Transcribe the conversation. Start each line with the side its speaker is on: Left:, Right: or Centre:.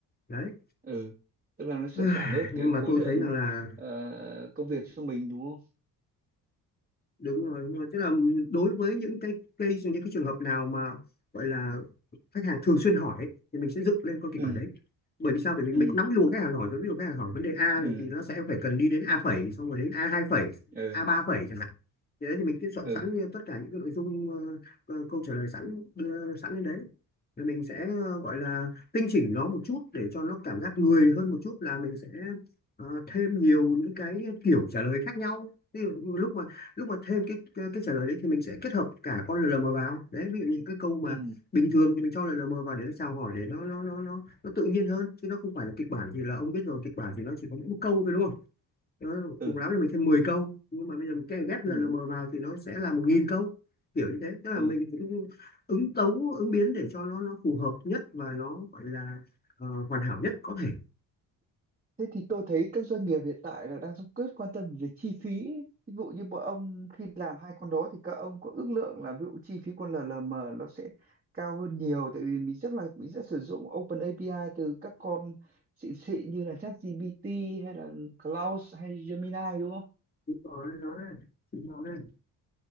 Left: đấy
Right: ừ tức là nó sẽ
Left: <sighs>
Right: giảm bớt
Left: nhưng
Right: cái khối
Left: mà tôi
Right: lượng
Left: thấy rằng là
Right: ờ, công việc cho mình đúng không
Left: đúng rồi đúng rồi tức là đối với những cái cây những cái trường hợp nào mà gọi là khách hàng thường xuyên hỏi ấy, thì mình sẽ dựng lên con kịch
Right: ừ
Left: bản đấy bởi vì sao bởi vì
Right: ừ
Left: mình cũng nắm cái luồng khách hàng hỏi rồi ví dụ khách hàng hỏi vấn đề A
Right: ừ
Left: này thì nó sẽ phải cần đi đến A phẩy xong rồi đến A hai phẩy
Right: ừ
Left: A ba phẩy chẳng hạn thì đấy thì mình cứ soạn
Right: ừ
Left: sẵn ờ, tất cả những cái nội dung ờ, ờ, câu trả lời sẵn đưa sẵn lên đấy rồi mình sẽ ờ, gọi là tinh chỉnh nó một chút để cho nó cảm giác người hơn một chút là mình sẽ ờ, thêm nhiều những cái kiểu trả lời khác nhau Ví dụ lúc mà lúc mà thêm cái, cái cái trả lời đấy thì mình sẽ kết hợp cả con lờ LLM vào đấy ví dụ những cái câu mà
Right: ừ
Left: bình thường thì mình cho lờ LLM vào để nó chào hỏi để nó nó nó nó nó tự nhiên hơn chứ nó không phải là kịch bản thì là ông biết rồi kịch bản thì nó chỉ có mỗi một câu thôi đúng không nó,
Right: ừ
Left: cùng lắm là mình thêm 10 câu nhưng mà bây giờ mình kè- ghép LLM
Right: ừ
Left: vào thì nó sẽ là một nghìn câu kiểu như thế tức là
Right: ừ
Left: mình cũng ứng tấu ứng biến để cho nó nó phù hợp nhất và nó gọi là ờ, hoàn hảo nhất có thể
Right: Thế thì tôi thấy các doanh nghiệp hiện tại là đang rất quan tâm về chi phí. ấy. Ví dụ như bọn ông khi làm hai con đó thì các ông có ước lượng là ví dụ chi phí con LLM nó sẽ cao hơn nhiều tại vì mình chắc là mình sẽ sử dụng Open API từ các con xịn xịn như là ChatGPT hay là Claude hay Gemini đúng không?
Left: đúng rồi nói đấy. Đúng rồi.